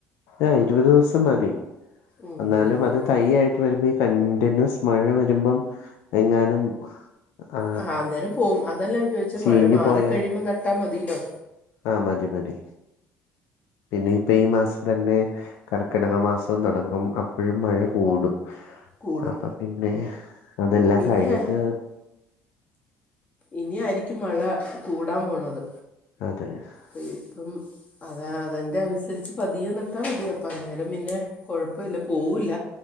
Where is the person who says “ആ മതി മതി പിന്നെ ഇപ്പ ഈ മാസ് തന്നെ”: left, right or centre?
Left